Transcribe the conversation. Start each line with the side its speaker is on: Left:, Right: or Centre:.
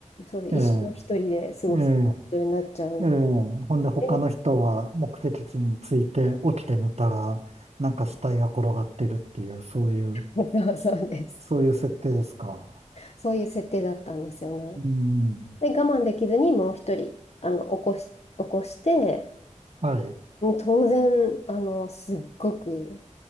Left: そうで、
Right: ええ。
Left: 一生一人で過ごすことになっちゃうん
Right: ええ。ええ。ほんで他の人は目的地に着いて起きてみたら、
Left: で、
Right: なんか死体が転がってるっていう、そういう、
Left: <laughs> そうそうです。
Right: そういう設定ですか。
Left: そういう設定だったんですよね。
Right: うん。
Left: で、我慢できずにもう一人、あの、起こし、起こして、
Right: はい。
Left: もう当然、あの、すっごく